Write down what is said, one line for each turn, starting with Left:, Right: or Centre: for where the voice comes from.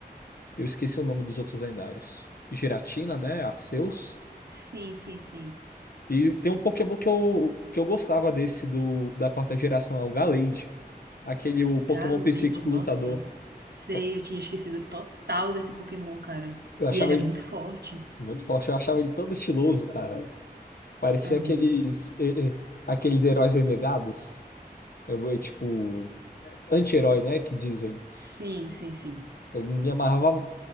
Left: Eu esqueci o nome dos outros lendários. Giratina, né? Arceus.
Right: Sim, sim, sim.
Left: E tem um Pokémon que eu, que eu gostava desse do, da quarta geração, é o Gallade. Aquele o Pokémon
Right: Gallade,
Left: psíquico
Right: nossa.
Left: lutador.
Right: Sei,
Left: Eu,
Right: eu tinha esquecido total desse Pokémon, cara.
Left: eu achava
Right: E ele é
Left: ele
Right: muito forte.
Left: muito forte, eu achava ele todo estiloso, cara. Parecia
Right: Uhum.
Left: aqueles, eh, eh, aqueles heróis renegados. Eu, vou, tipo, anti-herói, né? Que dizem.
Right: Sim, sim, sim.
Left: Eu me amarrava,